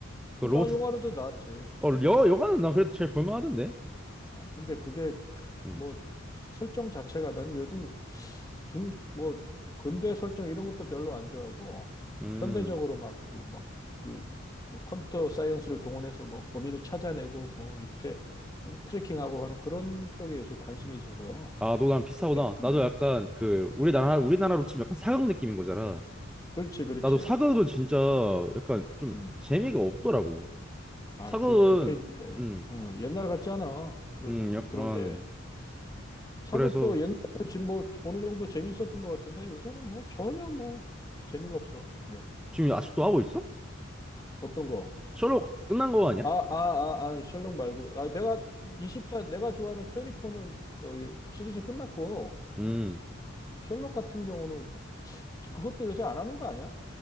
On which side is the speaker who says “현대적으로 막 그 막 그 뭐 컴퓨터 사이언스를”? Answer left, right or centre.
Left